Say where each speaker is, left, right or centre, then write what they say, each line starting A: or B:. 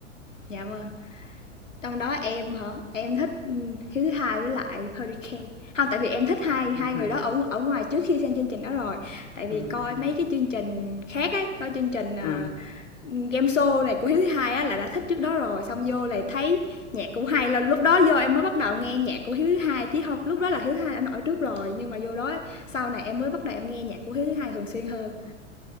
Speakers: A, on the left; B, on the left.
A: Dạ vâng. Trong đó em hả? Em thích ừ, Hiếu thứ hai với lại Hurricane. Không tại vì em thích hai hai
B: Hurricane.
A: người đó ở ở ngoài trước khi xem chương trình đó rồi. Tại vì
B: Ừ.
A: coi
B: ừ,
A: mấy cái chương trình khác ấy, coi chương trình ờ,
B: ừ.
A: game show này của hiếu thứ hai á là đã thích trước đó rồi xong vô lại thấy nhạc cũng hay là lúc đó vô em mới bắt đầu nghe nhạc của hiếu thứ hai chứ không lúc đó là hiếu thứ hai đã nổi trước rồi nhưng mà vô đó sau này em mới bắt đầu em nghe nhạc của hiếu thứ hai thường xuyên hơn